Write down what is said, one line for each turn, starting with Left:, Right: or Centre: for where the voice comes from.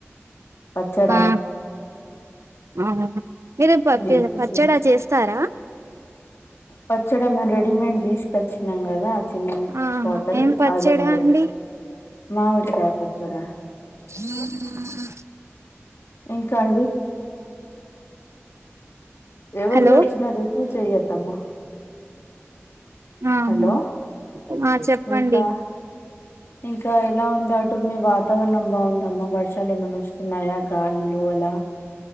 Left: పచ్చడా
Right: ఆ ఆ అవును. మీరు ప
Left: వేసి
Right: పచ్చడా
Left: తిన్-
Right: చేస్తారా
Left: పచ్చడి మేము రెడీమేడ్ తీసుకొచ్చినాం కదా చిన్న
Right: ఆహా
Left: బాటల్
Right: ఏం పచ్చడా
Left: అది ఉంది
Right: అండి
Left: మామిడి కాయ పచ్చడ
Right: హ
Left: ఇంక అండి ఎవరియి
Right: హలో
Left: వచ్చినా రిసీవ్ చెయ్యొద్దమ్మా
Right: ఆహా
Left: హలో
Right: ఆ చెప్పండి
Left: ఇంకా <inaudible> ఇంకా ఎలా ఉంది అటు మీ వాతావరణం బాగుందమ్మా వర్షాలు ఏమన్నా వస్తున్నాయా గాలులు అల <inaudible>